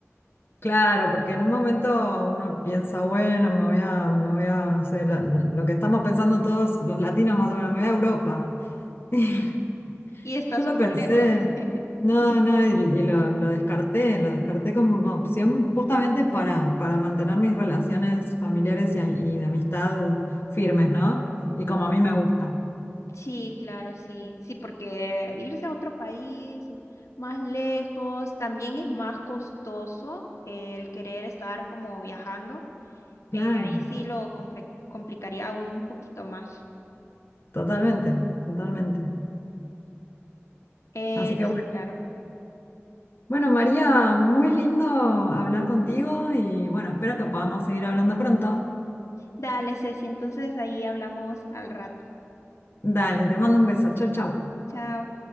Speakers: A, on the left; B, on the left.
A: Claro, porque en un momento uno piensa, bueno, me voy a, me voy a, no sé, la- lo que estamos pensando todos los latinos más o menos, me voy a Europa. <laughs>
B: Y está
A: Yo
B: súper
A: lo pensé,
B: lejos. <laughs>
A: no, no, y, y lo, lo descarté, lo descarté como opción justamente para, para mantener mis relaciones familiares y, a- y de amistad firmes, ¿no? Y como a mí me gusta.
B: Sí, claro, sí. Sí, porque irse a otro país más lejos también es más costoso eh, el querer estar como viajando.
A: Claro,
B: Eh, ahí sí lo comple- complicaría un poquito más.
A: totalmente, totalmente.
B: Eh,
A: Así que
B: sí,
A: bueno,
B: claro.
A: bueno, María, muy lindo hablar contigo y bueno, espero que podamos seguir hablando pronto.
B: Dale, Ceci, entonces ahí hablamos al rato.
A: Dale, te mando un beso. Chau, chau.
B: Chao.